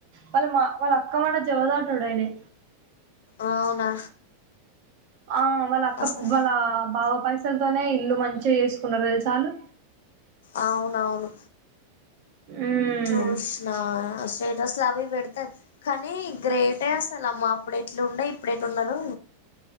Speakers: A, on the right (about 45°); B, on the left (about 60°).
A: వాళ్ళ మా వాళ్ళ అక్క మాట జవదాటాడుయనే
B: అవునా
A: ఆ వాళ్ళ అక్క
B: అసలు
A: వాళ్ళ బావ పైసలతోనే ఇల్లు మంచిగా చేసుకున్నారు తెలుసా ఆళ్లు
B: అవును అవును
A: ఉమ్
B: చూష్నా గ్రేట్ అస్సలు అవి పెడతయి కానీ గ్రేటే అసలు అమ్మ అప్పుడ ఎట్లా ఉండ ఇప్పుడ ఎట్ ఉన్నారు